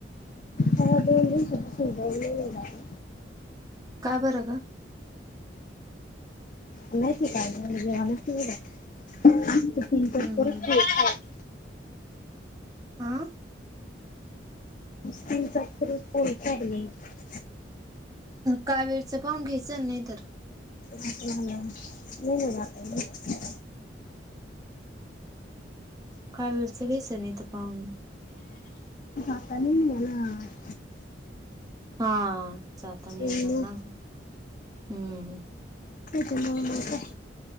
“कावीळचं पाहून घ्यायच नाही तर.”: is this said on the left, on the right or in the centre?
Right